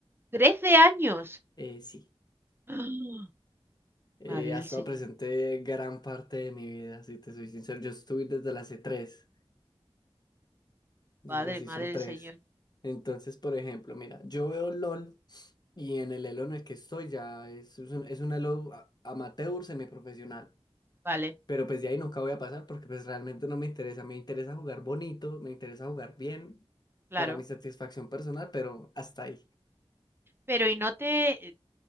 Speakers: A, on the right; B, on the left.
A: 13 años.
B: Eh, sí.
A: <gasps>
B: Eh,
A: Madre del
B: ha estado
A: Señor,
B: presente gran parte de mi vida, si te soy sincero. Yo estuve desde la c tres. desde
A: padre,
B: la Season
A: madre del
B: tres
A: Señor,
B: Entonces, por ejemplo, mira, yo veo LOL y en el elo en el que estoy ya es, es un, es un elo a- amateur semiprofesional.
A: vale,
B: Pero pues de ahí nunca voy a pasar porque pues realmente no me interesa. Me interesa jugar bonito, me interesa jugar bien
A: claro.
B: para mi satisfacción personal, pero hasta ahí.
A: Pero y no te, eh,